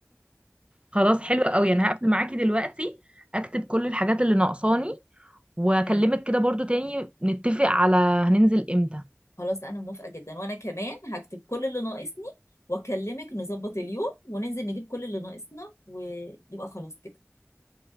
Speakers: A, on the right (about 20°); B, on the left (about 75°).
A: خلاص حلوة قوي انا هقفل معاكي دلوقتي اكتب كل الحاجات اللي ناقصاني واكلمك
B: حلو
A: كده برضو تاني نتفق على هننزل امتى
B: خلاص انا موافقة جدا وانا كمان هكتب كل اللي ناقصني واكلمك نظبط اليوم وننزل نجيب كل اللي ناقصنا ويبقى خلاص كده